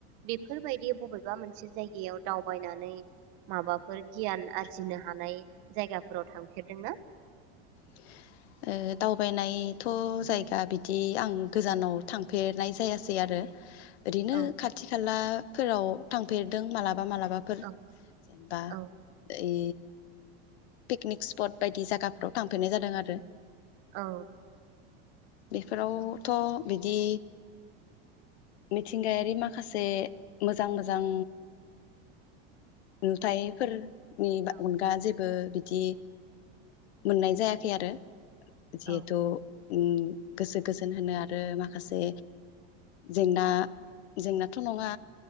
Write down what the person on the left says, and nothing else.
ओ दावबायनायथ' जायगा बिदि आं गोजानाव थांफेरनाय जायासै आरो ओरैनो
खाथि खाला फोराव थांफेरदों मालाब? बा मालाबाफोर
जेनबा
ओइ पिकनिक स्पट बायदि जागाफ्राव थांफेनाय जादों आरो
बिफोरावथ'
बिदि मिथिंगायारि माखासे मोजां मोजां नुथायफोर नि
अनगा जेबो बो बिदि मोननाय जायाखै आरो। जिहेथु
उम गोसो गोजोन होनो आरो माखासे जेंना
जेंनाथ' नङा